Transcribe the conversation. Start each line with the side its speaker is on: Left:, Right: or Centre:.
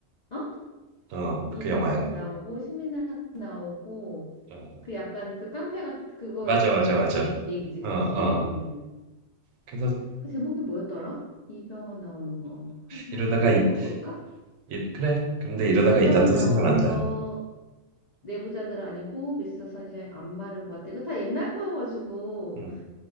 Left: 어?
Right: 어,
Left: 이병헌
Right: 그 영화야.
Left: 나오고, 신민아 나오고,
Right: 어,
Left: 그 약간 그 깡패가 그거
Right: 맞아, 맞아,
Left: 여,
Right: 맞아.
Left: 얘, 얘기지,
Right: 어,
Left: 그치?
Right: 어.
Left: 음.
Right: 그래서
Left: 그 제목이 뭐였더라? 이병헌 나오는 거. 한번
Right: 이러다가
Left: 지금 찾아볼까?
Right: 이, 이- 그래. 그런데 이러다가
Left: 이병헌
Right: 이따 또
Left: 나오는
Right: 생각난다.
Left: 거 내부자들 아니고 미스터 선샤인 안마를 보았다. 이거 다 옛날 거여가지고
Right: 음.